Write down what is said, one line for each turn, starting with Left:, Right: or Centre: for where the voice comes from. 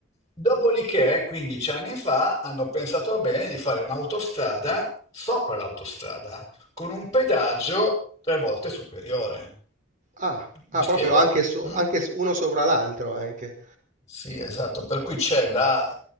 Left: Dopodiché, 15 anni fa, hanno pensato bene di fare un'autostrada sopra l'autostrada, con un pedaggio tre volte superiore.
Right: Ah, ah,
Left: Mi spiego?
Right: proprio anche, so-
Left: Mm?
Right: anche s- uno sopra l'altro, anche.
Left: Sì, esatto, per cui c'è la,